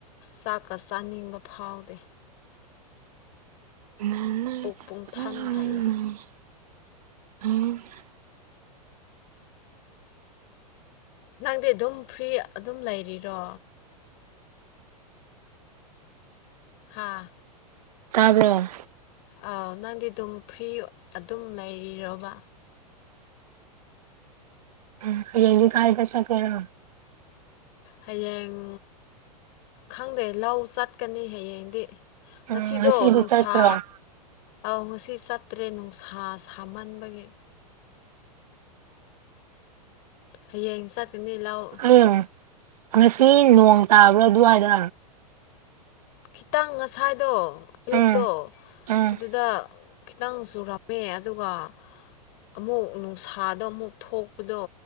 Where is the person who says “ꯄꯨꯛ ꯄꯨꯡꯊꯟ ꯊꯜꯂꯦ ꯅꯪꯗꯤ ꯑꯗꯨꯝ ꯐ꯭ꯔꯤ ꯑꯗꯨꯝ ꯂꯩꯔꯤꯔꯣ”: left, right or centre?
Left